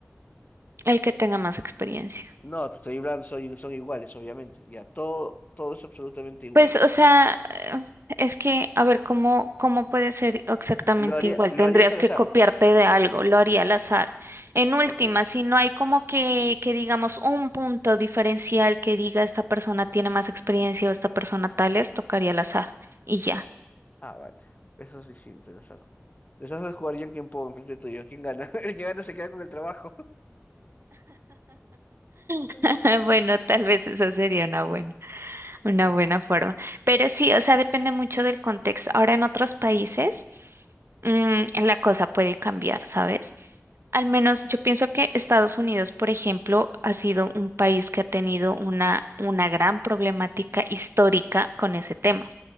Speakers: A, on the right (about 55°); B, on the left (about 35°).
A: El que tenga más experiencia.
B: No, te estoy hablando, soy- son iguales, obviamente. Ya, todo, todo es absolutamente igual.
A: Pues, o sea, eh, es que, a ver, ¿cómo, cómo puede ser exactamente
B: ¿Lo haría,
A: igual?
B: lo
A: Tendrías
B: harías al
A: que
B: azar?
A: copiarte de algo, lo haría al azar. En última,
B: Ok.
A: si no hay como que, que digamos un punto diferencial que diga esta persona tiene más experiencia o esta persona tales, tocaría al azar. Y ya.
B: Ah, vale. Eso es distinto, el azar. Les haces jugar yo en quien puedo enfrente tuyo. ¿Quién gana? <laughs> El que gana se queda con el trabajo.
A: <laughs>
B: <laughs>
A: Bueno, tal vez esa sería una buena. Una
B: Ya.
A: buena forma. Pero sí, o sea, depende mucho del contexto. Ahora en otros países, mm, la cosa puede cambiar, ¿sabes? Al menos yo pienso que Estados Unidos, por ejemplo, ha sido un país que ha tenido una, una gran problemática histórica con ese tema,